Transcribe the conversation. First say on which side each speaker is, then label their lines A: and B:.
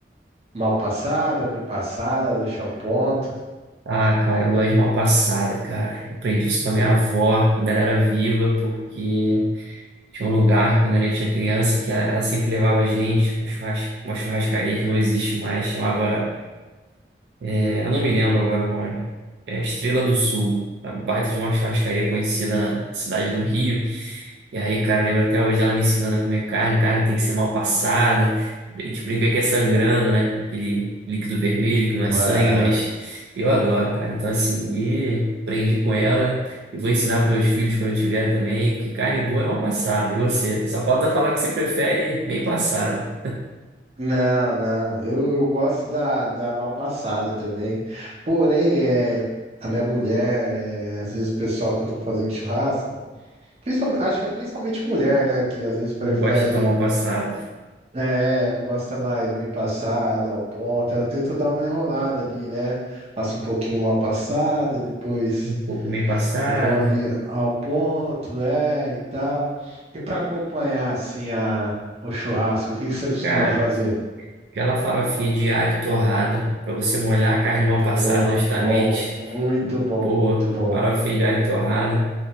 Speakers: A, on the right (about 35°); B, on the right (about 70°).
A: Mal passada, bem passada, deixar o ponto.
B: Ah, cara, eu gosto de mal passada, cara. Eu aprendi isso com a minha avó quando ela era viva, porque Tinha um lugar, quando a gente era criança, que ela ela sempre levava a gente, uma churras- uma churrascaria que não existe mais, chamava é, eu não me lembro agora o nome. É Estrela do Sul. Uma baita de uma churrascaria conhecida na cidade do Rio. E aí, cara, eu lembro até hoje dela me ensinando a comer carne. Carne tem que ser mal passada. A gente brinca que é sangrando, né? Com Aquele líquido vermelho que não é
A: É,
B: sangue, mas eu adoro, cara. Então, assim, e aprendi com ela. E vou ensinar para meus filhos quando eu tiver também, porque carne boa é mal passada. E você? Só falta falar que você prefere bem passada.
A: Não, não, eu, eu gosto da, da mal passada também. Porém, é, a minha mulher, é, às vezes o pessoal que eu tô fazendo churrasco, principalmente, acho que é principalmente mulher, né, que às vezes prefere,
B: Não gosta tão mal passada.
A: é, gosta mais bem passada, ao ponto. Eu tento dar uma enrolada ali, né? Faço um pouquinho mal passada, depois.
B: Um pouco bem passada.
A: vou ali ao ponto, é, e tal. E para acompanhar assim a o churrasco, o que que você costuma
B: Cara.
A: fazer?
B: Aquela farofinha de alho torrado para você molhar a carne mal passada
A: Oh,
B: justamente.
A: bom, muito bom,
B: Pô,
A: muito bom.
B: farofinha de alho torrado.